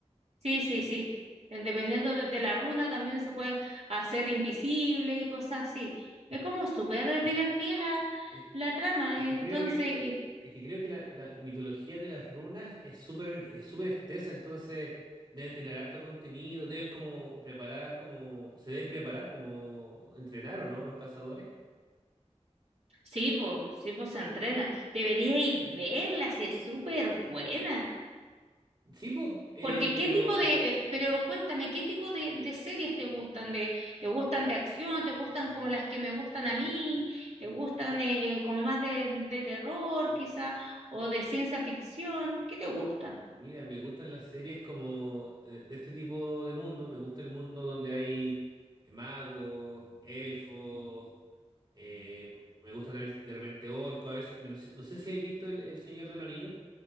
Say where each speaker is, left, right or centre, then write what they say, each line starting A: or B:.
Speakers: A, on the right; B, on the right.
A: Sí, sí, sí. Eh, Dependiendo de, de la runa también se puede hacer invisible y cosas así. Es como súper divertida la,
B: eh,
A: la
B: eh,
A: trama.
B: es
A: eh.
B: que
A: Entonces,
B: creo que,
A: eh,
B: es que creo que la, la mitología de las runas es súper es súper extensa, entonces deben tener harto contenido, deben como preparar, como, se deben preparar como entrenar o no los cazadores.
A: sí, pues, sí, pues se entrena. Deberíais verla si es súper buena.
B: Sí, pues,
A: Porque qué
B: pero
A: tipo de, eh, pero cuéntame, ¿qué tipo de, de series te gustan? ¿De, te gustan de acción? ¿Te gustan como las que me gustan a mí? ¿Te
B: m-
A: gustan eh, eh, como más de, de terror
B: mi-
A: quizá? ¿O de ciencia ficción? ¿Qué te gusta?
B: mira, me gustan las series como eh, de este tipo de mundo. Me gusta el mundo donde hay eh, magos, elfos. eh, me gusta también de repente orco. A veces, no sé, no sé si habéis visto El, El Señor de los Anillos.